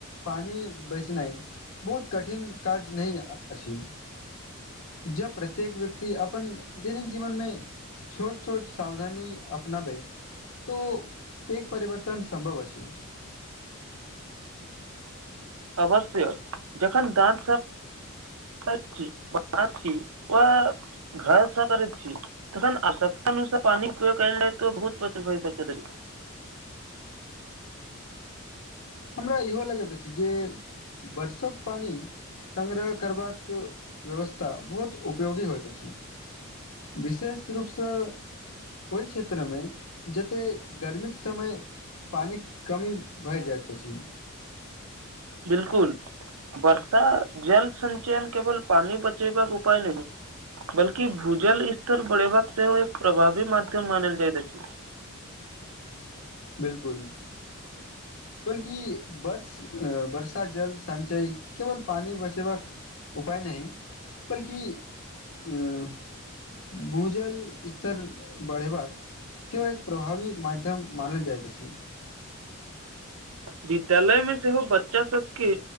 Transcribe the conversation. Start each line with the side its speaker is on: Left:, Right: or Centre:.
Left: पानी बचेनाइ बहुत कठिन काज नहि अछि। जब प्रत्येक व्यक्ति अपन दैनिक जीवनमे छोट-छोट सावधानी अपनाबै तॅं पैघ परिवर्तन संभव अछि।
Right: अवश्य, जखन दाँत सब ब आ घास स कर छी <unintelligible> तखन आवश्यकता अनुसार पानी उपयोग करल लए तऽ बहुत बचत हो सकत अछि
Left: हमरा इहो लगैत अछि जे बरसोक पानि संग्रह करबाक व्यवस्था बहुत उपयोगी होइत अछि। विशेष रूपसँ ओहि क्षेत्रमे जतेक गर्मीक समय पानिक कमी भए जाइत अछि।
Right: बिल्कुल बर्षा जल संचयन केवल पानी बचेबाक उपाय नहि बल्कि भूजल स्तर बढ़ेबाक सेहो एक प्रभावी माध्यम मानल जाइत अछि
Left: बिल्कुल <inaudible> बल्कि बस वर्षा जल संचय केवल पानि बचेबाक उपाय नहि बल्कि <unintelligible> भूजल स्तर बढ़ेबाक सेहो एक प्रभावी माध्यम मानल जाइत अछि
Right: विद्यालय मे सेहो बच्चा सबके